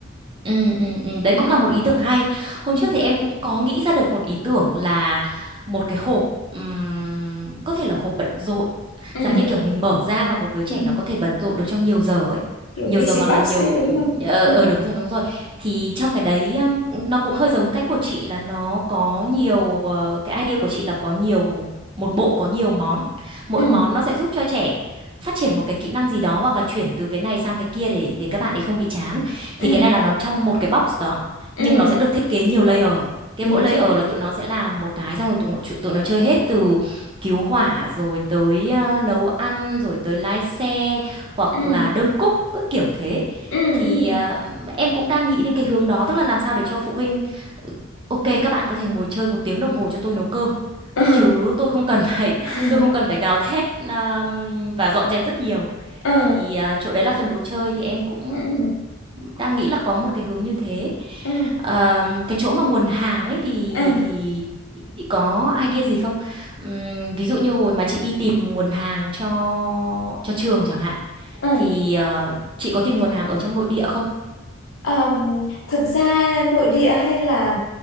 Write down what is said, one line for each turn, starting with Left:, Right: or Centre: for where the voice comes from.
Right: Ừ, ừ, ừ, đấy
Left: ừ.
Right: cũng là một ý tưởng hay. Hôm
Left: Ừ.
Right: trước thì em cũng có nghĩ ra được một ý tưởng là một cái hộp ừm, có thể là hộp bận rộn
Left: Ừ.
Right: dạng như kiểu mình mở ra và một đứa trẻ
Left: Ừ.
Right: nó có thể bận rộn được trong nhiều giờ ấy.
Left: kiểu
Right: Nhiều
Left: busy
Right: giờ hoặc
Left: bus
Right: là nhiều
Left: đấy đúng không
Right: ờ
Left: ừ.
Right: ờ, đúng rồi đúng rồi. Thì trong cái đấy ừm, nó cũng hơi giống cách của chị là nó có nhiều ờ, cái idea của chị là có nhiều một bộ có nhiều món. Mỗi
Left: Ừ.
Right: món nó sẽ giúp cho trẻ phát triển một cái kỹ năng gì đó hoặc là chuyển từ cái này sang cái kia để để các bạn ấy không bị chán thì
Left: Ừ.
Right: cái này là nó trong một cái box đó
Left: ừ
Right: nhưng nó sẽ được thiết kế nhiều layer cái
Left: đúng
Right: mỗi layer
Left: rồi
Right: là tụi nó sẽ làm một cái xong rồi tụi nó, tụi nó chơi hết từ cứu hỏa rồi tới ờ, nấu ăn rồi tới lái xe hoặc
Left: ừ
Right: là đơm cúc cứ kiểu thế
Left: ừ
Right: thì
Left: ừ
Right: ờ, em cũng đang nghĩ đến cái hướng đó tức là làm sao để cho phụ huynh "Ừ, ok các bạn có thể ngồi chơi một tiếng đồng hồ cho tôi nấu cơm
Left: ừ
Right: chứ tôi không cần phải <laughs>
Left: <laughs>
Right: tôi không cần phải gào thét ờ, và dọn dẹp rất nhiều
Left: ừ
Right: thì à, chỗ đấy là phần đồ chơi thì em cũng
Left: ừ
Right: đang nghĩ là có một cái hướng như thế
Left: ừ
Right: Ờm, cái chỗ mà nguồn hàng ấy thì
Left: ừ
Right: thì chị chị có idea gì không Ừm, ví dụ như hồi mà chị đi tìm nguồn hàng cho cho trường chẳng hạn
Left: ừ
Right: thì ờ, chị có tìm nguồn hàng ở trong nội địa không
Left: Ờm, thực ra nội địa hay là